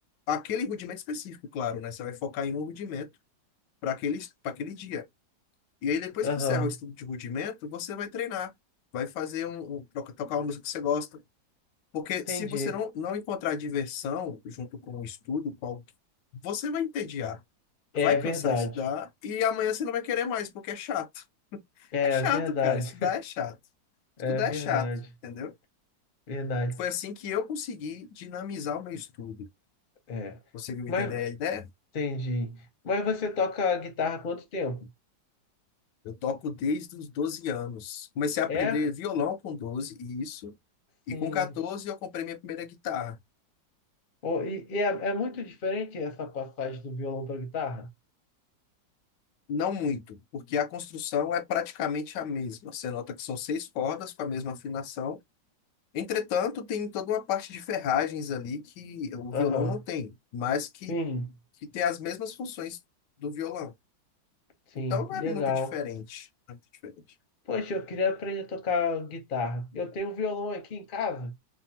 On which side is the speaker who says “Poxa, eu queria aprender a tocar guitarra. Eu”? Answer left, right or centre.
Left